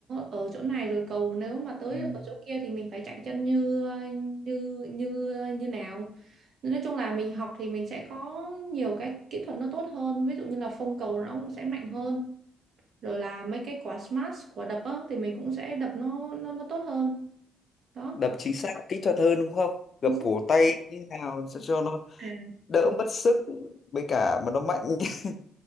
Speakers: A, on the right; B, on the left.
A: ở chỗ này rồi cầu nếu mà tới
B: Ừ.
A: ở chỗ kia thì mình phải chạy chân như như như như nào Nên nói chung là mình học thì mình sẽ có nhiều cái kỹ thuật nó tốt hơn ví dụ như là phông cầu nó cũng sẽ mạnh hơn rồi là mấy cái quả smash quả đập á, thì mình cũng sẽ đập nó nó nó tốt hơn đó
B: đập chính xác kỹ thuật hơn đúng không gập
A: Mình
B: cổ tay như thế nào làm sao cho nó
A: sẽ-
B: đỡ mất sức với cả mà nó mạnh <laughs>